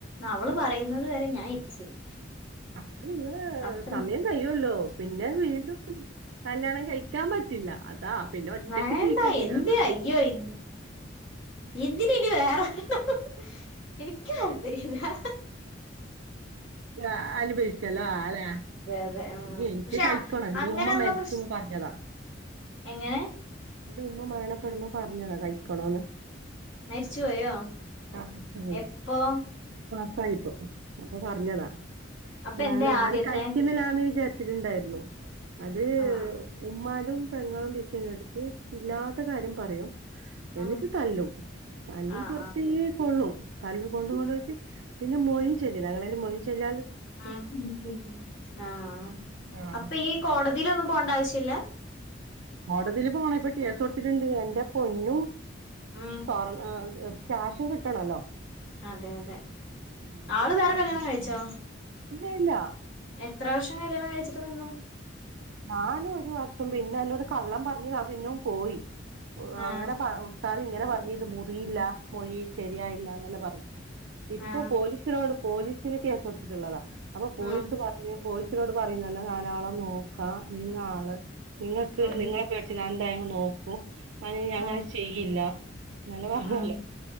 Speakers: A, on the left (about 75°); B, on the right (about 75°).
A: അവള് പറയുന്നത് വരെ ഞാൻ <unintelligible>
B: അപ്പൊ നിങ്ങള്
A: അത്ര
B: സമയം കഴിയുമല്ലോ പിന്നെ വീണ്ടും കല്യാണം കഴിക്കാൻ പറ്റില്ല. അതാ പിന്നെ ഒറ്റക്ക്
A: വേണ്ടാ
B: ജീവിക്കേണ്ടി വരും
A: എന്ത്‌
B: അതാ
A: അയ്യോ ഇ എന്തിനാ ഇനി വേറൊരെണ്ണം. എനിക്ക് താല്പര്യമില്ല.
B: ആ അനുഭവിച്ചല്ലോ അല്ലാ
A: അതെ ഉം
B: പിന്നെ എനിക്ക്
A: പക്ഷെ
B: കഴിക്കണം എന്റെ
A: അങ്ങനെയുള്ള
B: ഉമ്മ മരിക്കും
A: പ്രശ്
B: പറഞ്ഞതാ
A: എങ്ങനെ
B: എന്റെ ഉമ്മ മരണപ്പെടുമ്പോ പറഞ്ഞതാ കഴിക്കണോന്ന്
A: മരിച്ചു പോയോ
B: ലാസ്റ്റ് പോയി
A: എപ്പൊ
B: <unintelligible> അപ്പൊ പറഞ്ഞതാ
A: അപ്പൊ
B: എന്തായാലും
A: എന്തേ
B: നാന്
A: ആദ്യത്തെ
B: കഴിക്കുന്നില്ലാന്ന് <unintelligible> <unintelligible>
A: ആഹ് ആഹ്
B: ഇല്ലാത്ത കാര്യം പറയും. എന്നിട്ട്
A: ആഹ്
B: തല്ലും തല്ലും
A: ആഹ്
B: വെറത്തിയ കൊള്ളും തല്ല് കൊണ്ട കൊണ്ട് പോയിട്ട് പിന്നെ ന്നെ മൊഴി ചൊല്ലിതാ <unintelligible>
A: ആഹ് ആഹ് ഹാ ആഹ്
B: ആഹ്
A: അപ്പൊ ഈ കോടതിയിലൊന്നും പോണ്ടാച് ചില
B: കോടതിയില് പോണ ഇപ്പൊ കേസ് കൊടുത്തിട്ടുണ്ട് എന്റെ പൊന്നു
A: ഉം
B: സ്വർ ക്യാഷും കിട്ടണല്ലോ
A: അതെ അതെ
B: ആഹ്
A: ആള് വേറെ
B: അതെ
A: കല്യാണം കഴിച്ചോ
B: ഇല്ല ഇല്ല
A: എത്ര വർഷം കല്യാണം കഴിച്ചിട്ട് നിന്ന?
B: ഞാനൊരു വർഷം പിന്നെ ന്നോട് കള്ളം പർഞ്ഞതാ പിന്നെ ഓൻ പോയി
A: ആഹ്
B: അങ്ങനെ ഉസ്താദ ഇങ്ങനെ പറ ഇത് മുറിയില്ല മൊഴി ശരിയായില്ലന്നല്ലെ പറഞ്ഞു ഇപ്പൊ
A: ആഹ്
B: പോലീസിനോട് പോലീസിന് കേസ് കൊടുത്തിട്ടുള്ളതാ അപ്പൊ പോലീസ്
A: ഉം
B: പറഞ്ഞു <unintelligible> <unintelligible> പറയുന്നല്ലോ കാരാളം <unintelligible> ക്കാ നിങ്ങാള് നിങ്ങക്ക്
A: ഉം
B: നിങ്ങളെ പേടിച്ച് ഞാൻ <unintelligible> നോക്കൂ ഞാനിനി അങ്ങനെ
A: ഉം ഉം
B: ചെയ്യില്ല ങ്ങനെ പറഞ്ഞതല്ലേ
A: ഉം